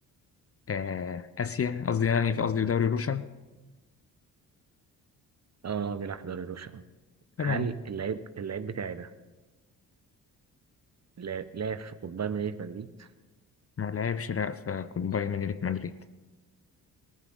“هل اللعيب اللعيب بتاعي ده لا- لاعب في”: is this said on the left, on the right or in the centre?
Right